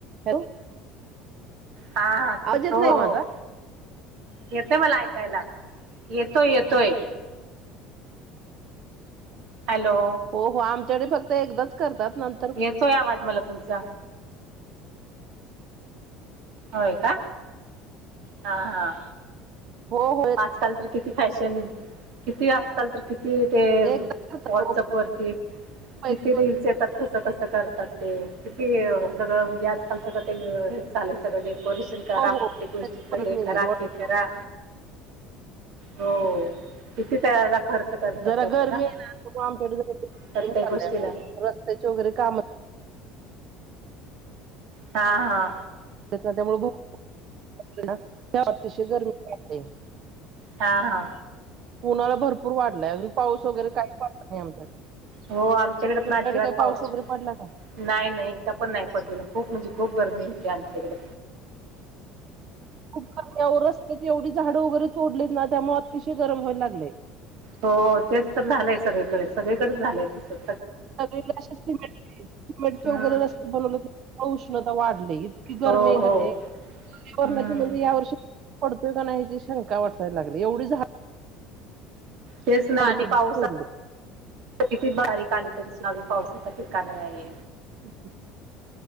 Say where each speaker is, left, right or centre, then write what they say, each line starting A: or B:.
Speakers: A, on the right (about 45°); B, on the right (about 60°).
A: हो.
B: हा हा तेच
A: येत
B: हो
A: नाही
B: हो.
A: माझा
B: येतोय मला ऐकायला येतोय येतोय. हॅलो.
A: हो हो आमच्याकडे फक्त एकदाच करतात नंतर
B: येतो आवाज मला तुमचा. होय का! हा हा
A: हो होय
B: आजकाल तर किती फॅशन किती आज आजकाल तर किती ते
A: एकदा करतात
B: वॉट्सअप
A: हो
B: वरती
A: पहिले
B: किती रीलस येतात कस कस करतात ते किती हे सगळं म्हणजे आजकालच ते हे झाले सगळं डेकोरेशन करा
A: हो हो
B: प्रत्येक गोष्टी तर
A: परत
B: हे
A: निघाले
B: करा
A: दोन.
B: ते करा हो किती त्याला खर्च करतात
A: जरा
B: लोक
A: गरमी
B: ना
A: आहे ना आमच्याकडे
B: प्रत्येक
A: चालले
B: गोष्टीला
A: ओ रस्त्याचे वगैरे काम
B: हां हां
A: त्यामुळे ते अतिशय गरमीते
B: हा हा
A: उन्हाळा भरपूर वाढलाय अजून पाऊस वगैरे काही पडत नाही आमच्याकडे
B: हो आमच्याकडे पण
A: तुमच्याकडे
B: अजिबात
A: काही
B: पाऊस
A: वगैरे पडला का
B: नाही नाही एकदा पण नाही पडलेलं खूप म्हणजे खूप गरमी होती आमच्याकडे
A: खूप गरमवर रस्ते एवढी झाडं वगैरे तोडलेत ना त्यामुळे अतिशय गरम व्हायला लागले.
B: हो तेच तर झालंय सगळीकडे सगळीकडेच झालंय तसच
A: सगळीकडे असचं सिमेटचे
B: हम्म
A: वगैरे रस्ते बनवले उष्णता वाढली इतकी
B: हो
A: गरमी
B: हो
A: आहे क नी पर्यावरणाची
B: हम्म
A: म्हणजे या वर्षी पडतोय का नाहीची शंका वाटायला लागली एवढी झाडे
B: तेच ना आणि
A: तोड
B: पाऊसात
A: तोडलीत.
B: किती बारीक आली तरी सुद्धा अजून पावसाच ठिकाण नाही.
A: <unintelligible>